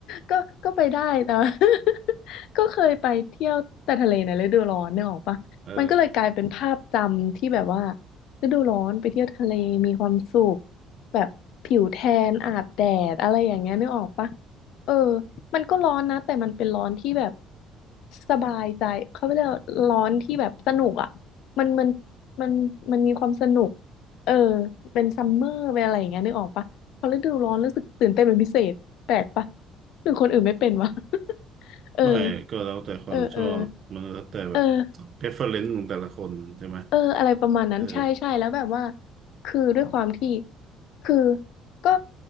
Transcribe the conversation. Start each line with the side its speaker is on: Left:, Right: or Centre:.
Left: ก็ก็ไปได้นะ <laughs> ก็เคยไปเที่ยวแต่ทะเลในฤดูร้อนเนี่ยออกปะมันก็เลยกลายเป็นภาพจำที่แบบว่า
Right: เออ
Left: ฤดูร้อนไปเที่ยวทะเลมีความสุขแบบผิวแทนอาบแดดอะไรอย่างเงี้ยนึกออกปะเออมันก็ร้อนนะแต่มันเป็นร้อนที่แบบสบายใจเขาเรียกว่าร้อนที่แบบสนุกอ่ะมันมันมันมันมีความสนุกเออเป็นซัมเมอร์เป็นอะไรอย่างเงี้ยนึกออกปะพอฤดูร้อนรู้สึกตื่นเต้นเป็นพิเศษแปลกปะ หรือคนอื่นไม่เป็นวะ <laughs> เออ
Right: ไม่ก็แล้วแต่ความชอบมันแล้วแต่แบบ
Left: เออ เออเออ
Right: preference ของแต่ละคนใช่ไหม
Left: เอออะไรประมาณนั้นใช่ใช่แล้วแบบว่า
Right: เออ
Left: คือด้วยความที่คือก็